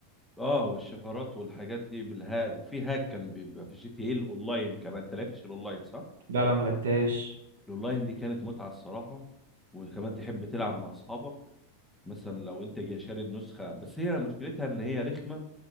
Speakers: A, in the centre; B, on the right.
A: اه والشفرات والحاجات دي بالهاك وفي هاك كان بيبقى في جي تي ايه الاونلاين كمان انت لعبتش الاونلاين صح
B: لا لا ما لعبتهاش
A: الاونلاين دي كانت متعه الصراحه وكمان تحب تلعب مع اصحابك مثلا لو انت جاي شاري النسخه بس هي مشكلتها ان هي رخمه